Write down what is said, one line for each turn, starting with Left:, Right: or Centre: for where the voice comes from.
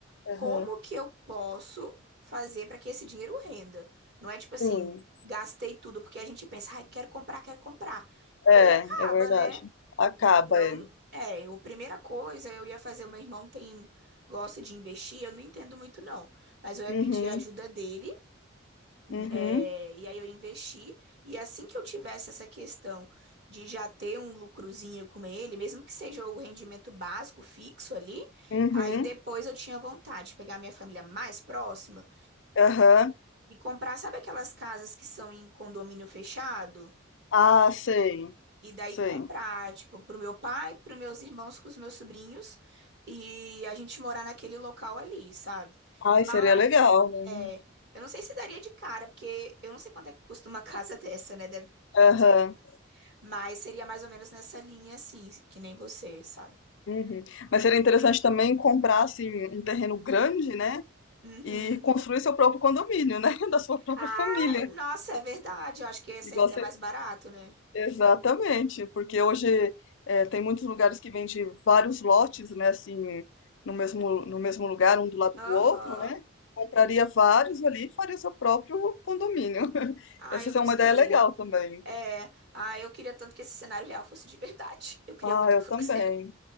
Right: como
Left: aham,
Right: que eu posso fazer para que esse dinheiro renda? Não é tipo assim,
Left: sim,
Right: gastei tudo porque a gente pensa, ai, quero comprar, quero comprar.
Left: é,
Right: E aí acaba,
Left: é verdade.
Right: né?
Left: Acaba,
Right: Então,
Left: é.
Right: é, a primeira coisa eu ia fazer, o meu irmão tem gosta de investir, eu não entendo muito não, mas eu ia
Left: Uhum,
Right: pedir a ajuda dele
Left: uhum,
Right: é, e aí eu investi, e assim que eu tivesse essa questão de já ter um lucrozinho com ele, mesmo que seja o rendimento básico fixo ali,
Left: uhum,
Right: aí depois eu tinha vontade de pegar minha família mais próxima
Left: aham.
Right: e comprar, sabe aquelas casas que são em condomínio fechado?
Left: Ah, sei,
Right: E daí
Left: sei.
Right: comprar, tipo, pro meu pai, pros meus irmãos, com os meus sobrinhos, e a gente morar naquele local ali, sabe?
Left: Ai,
Right: Mas,
Left: seria legal, né?
Right: é, eu não sei se daria de cara, porque eu não sei quanto é que custa uma <laughs> casa dessa, né? Deve, quantos
Left: Aham,
Right: milhões. Mas seria mais ou menos nessa linha, assim, que nem você, sabe?
Left: uhum. Mas seria interessante também comprar, assim, um terreno grande, né?
Right: Uhum.
Left: E construir seu próprio condomínio, né? <laughs> Da sua própria
Right: Ah,
Left: família.
Right: é, nossa, é verdade. Eu acho que ia ser
Left: Igual
Right: até
Left: você...
Right: mais barato, né?
Left: Exatamente, porque hoje eh, tem muitos lugares que vendem vários lotes, né, assim, no mesmo, no mesmo lugar, um do lado
Right: Aham.
Left: do outro, né? Compraria vários ali e faria seu próprio condomínio. <laughs>
Right: Ah,
Left: Essa
Right: eu gostei.
Left: é uma ideia legal também.
Right: É, ah, eu queria tanto que esse cenário real fosse de verdade. Eu queria
Left: Ah,
Right: muito
Left: eu
Right: que fosse.
Left: também.